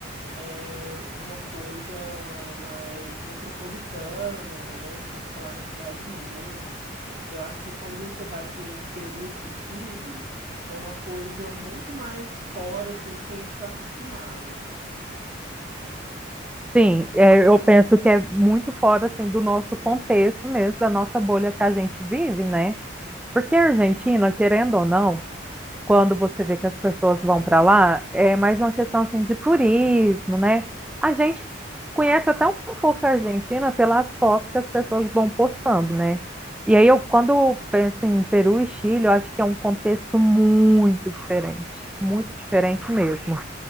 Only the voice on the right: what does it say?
é uma coisa mais metropolitana, né? Que você fica lá na cidade mesmo. Eu acho que quando você vai para o Peru e para o Chile, é uma coisa muito mais fora, assim, do que a gente está acostumado.
Nossa,
sim.